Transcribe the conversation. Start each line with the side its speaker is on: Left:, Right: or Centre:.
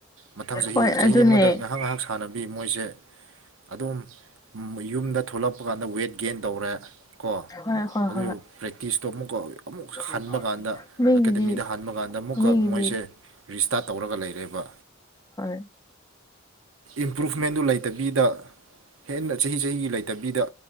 Right: ꯃꯊꯪ ꯆꯍꯤ
Left: ꯍꯣꯏ
Right: ꯆꯍꯤ
Left: ꯑꯗꯨꯅꯦ
Right: ꯑꯃꯗ ꯉꯥꯏꯍꯥꯛ ꯉꯥꯏꯍꯥꯛ ꯁꯥꯟꯅꯕꯤ ꯃꯣꯏꯁꯦ ꯑꯗꯨꯝ ꯌꯨꯝꯗ ꯊꯣꯛꯂꯛꯄ ꯀꯥꯟꯗ ꯋꯦꯠ ꯒꯦꯟ ꯇꯧꯔꯦ ꯀꯣ
Left: ꯍꯣꯏ ꯍꯣꯏ
Right: ꯑꯗꯨ
Left: ꯍꯣꯏ
Right: ꯄ꯭ꯔꯦꯛꯇꯤꯁꯇꯣ ꯑꯃꯨꯛ ꯀꯧꯋ ꯑꯃꯨꯛ
Left: ꯍꯣꯏ
Right: ꯍꯟꯕ ꯀꯥꯟꯗ
Left: ꯃꯤꯒꯤꯗꯤ
Right: ꯑꯦꯀꯥꯗꯃꯤꯗ ꯍꯟꯕ ꯀꯥꯟꯗ ꯑꯃꯨꯛꯀ
Left: ꯃꯤꯒꯤꯗꯤ
Right: ꯃꯣꯏꯁꯦ ꯔꯤꯁꯇꯥꯔꯠ ꯇꯧꯔꯒ ꯂꯩꯔꯦꯕ
Left: ꯍꯣꯏ
Right: ꯏꯝꯄ꯭ꯔꯨꯚꯃꯦꯟꯗꯨ ꯂꯩꯇꯕꯤꯗ ꯍꯦꯟꯅ ꯆꯍꯤ ꯆꯍꯤꯒꯤ ꯂꯩꯇꯕꯤꯗ